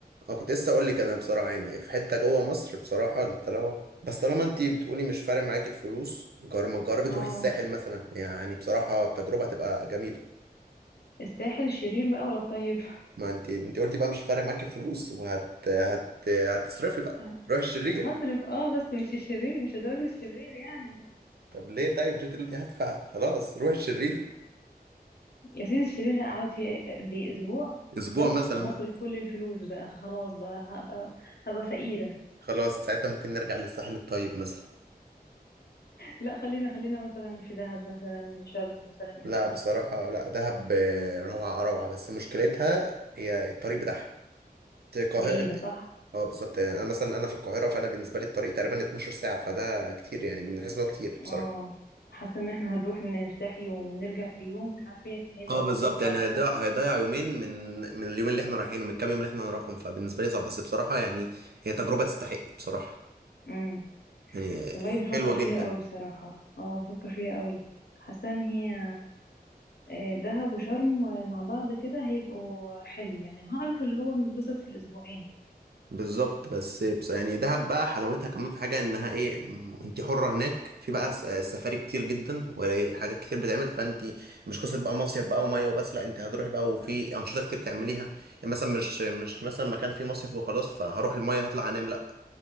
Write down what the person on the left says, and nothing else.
اه
الساحل الشرير بقى ولا الطيب
<laughs> آه،
هصرف اه بس مش الشرير مش لدرجة الشرير يعني
يا سيدي الشرير هقعد فيه قد ايه اسبوع
بس
وهصرف
كل الفلوس بقى خلاص بقى هبقى هبقى فقيرة
لا خلينا خلينا مثلا في دهب مثلا شرم مثلا ايه
رأيك
بعيدة
صح
اه
حاسة ان احنا هنروح نرتاح يوم ونرجع في يوم مش عارفة ايه فهيبقى
الموضوع صعب
صح
امم
والله بفكر
فيها قوي بصراحة اه بفكر فيها قوي حاسة ان هي آه، دهب وشرم مع بعض كده هيبقوا حلو يعني وهعرف اللي هو نتبسط في الاسبوعين